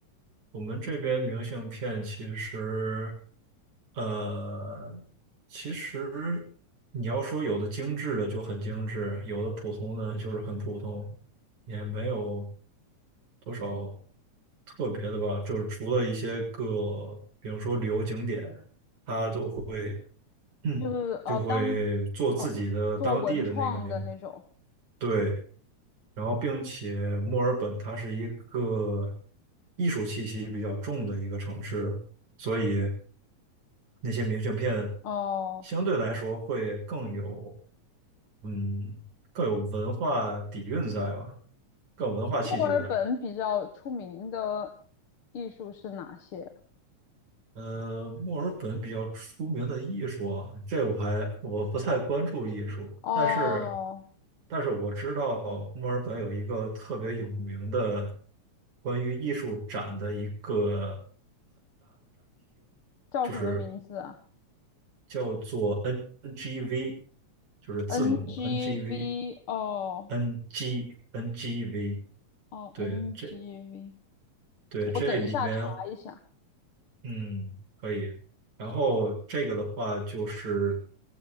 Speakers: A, on the right (about 75°); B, on the left (about 50°).
A: 我们这边明信片其实，呃，其实你要说有的精致的就很精致，有的普通的就是很普通，也没有多少特别的吧。就是除了一些个，比如说旅游景点，它都会，
B: 就是呃，
A: <clears throat> 就会做自己的当地的那个明，
B: 当哦做文创的那种
A: 对。然后并且墨尔本它是一个艺术气息比较重的一个城市，所以那些明信片
B: 哦。
A: 相对来说会更有，嗯，更有文化底蕴在吧，更有文化气息在。
B: 墨尔本比较出名的艺术是哪些？
A: 呃，墨尔本比较出名的艺术啊，这我还我不太关注艺术，
B: 哦，
A: 但是但是我知道墨尔本有一个特别有名的关于艺术展的一个，
B: 叫什么名字啊
A: 就是叫做 NGV，就是字母
B: ？NGV
A: NGV。
B: 哦
A: N G N G V，
B: 哦，NGV，
A: 对，这对这里面
B: 我等一下查一下。
A: 嗯，可以。然后这个的话就是